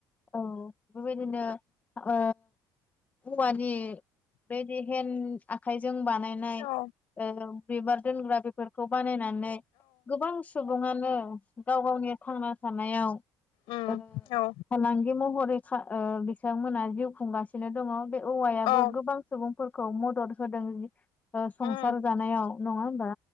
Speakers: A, on the left; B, on the left.
A: औ बेबायदिनो ओ औवानि बेदि हेन्द आखाइजोंबानो बानायनाय
B: औ
A: बिबार दोनग्रा बेफोर खौ बानायनानै गोबां सुबुङानो गाव गावनि थांना थानायाव
B: उ
A: ओ
B: औ
A: फालांगि महरै बिथांमोनहा जिउ खुंगासिनो दङ बे औवायाबो
B: औ
A: गोबां सुबुंफोरखौ मदद होदों संसार
B: उम
A: जानायाव नङा होमबा